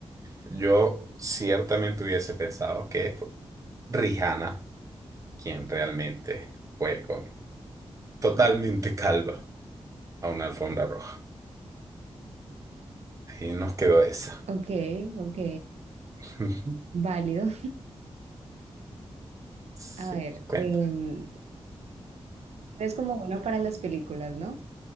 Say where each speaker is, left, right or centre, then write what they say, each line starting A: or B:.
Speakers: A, on the right; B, on the right.
A: Yo ciertamente hubiese pensado que fue Rihanna quien realmente fue con totalmente calva a una alfombra roja. Y nos quedó esa.
B: Ok, ok,
A: <laughs>
B: válido. <laughs>
A: Sí,
B: A ver,
A: cuenta.
B: em, eres como bueno para las películas, ¿no?